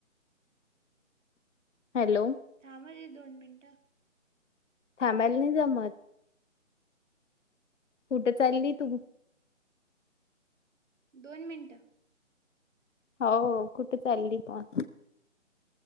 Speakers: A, on the left; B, on the right.
A: हॅलो
B: थांबा की दोन मिनिटं.
A: थांबायला नाही जमत कुठं चालली तू
B: दोन मिनटं.
A: हा हा कुठे चालली पण